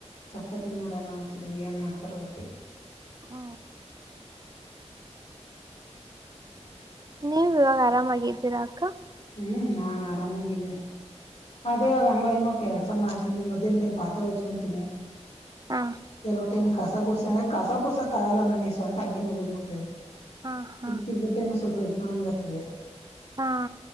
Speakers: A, on the left; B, on the right.
A: ಚ ಆಫಾತಿ ಮಾಡೋಣ ಅಂತಿದ್ರು ಏನ್ ಮಾಡ್ತಾರ ಗೊತ್ತಿಲ್ಲ.
B: ಹ್ಮ
A: ನೋಡ್ಬೇಕು
B: ನೀವ ಇವಾಗ ಆರಾಮಾಗಿದ್ದೀರಾ. ಕ
A: ಹ್ಮ್ ನಾನ್ ಆರಾಮಾಗಿದ್ದೀನಿ ಅದೇವಾಗ ಹಂಗ ಹಂಗ ಕೆಲಸ ಮಾಡ್ತೀನಿ ಮಧ್ಯಾಹ್ ಟೈಮ್ ಪಾತ್ರ ಹೊಜ್ಕೊಂತೀನಿ.
B: ಹಾ
A: ಕೆಲವ ಟೈಮ್. ಕಸ ಗುಡ್ಸೆ ಕಸ ಗುಡ್ಸಕ್ ಆಗಲ್ಲ ನನಗೆ ಸೊಂಟ ಹಂಗೆ ನೋವ್ವು ಬಂದಬುಡುತ್ತೆ.
B: ಹಾ ಹಾ
A: ಹಿಲ್ಕಿ ಬೂಟೆನ ಸ್ವಲ್ಪ. <unintelligible> ಕತ್ತದೆ
B: ಹಾ